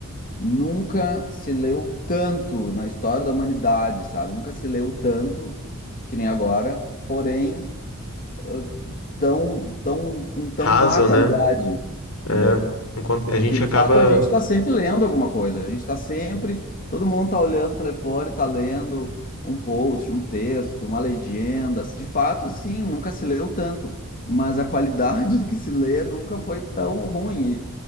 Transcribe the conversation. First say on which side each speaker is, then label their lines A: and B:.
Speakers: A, on the left (about 40°); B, on the left (about 75°).
A: Nunca se leu tanto na história da humanidade, sabe? Nunca se leu tanto que nem agora, porém ah, tão, tão, com tão
B: raso,
A: má qualidade,
B: né? É,
A: entendeu?
B: enquanto a
A: Porque
B: gente
A: de
B: acaba,
A: fato a gente está sempre lendo alguma coisa, a gente está sempre, todo mundo está olhando o telefone, está lendo um post, um texto, uma legenda. De fato, sim, nunca se leu tanto, mas a qualidade <laughs> do que se lê nunca foi tão ruim.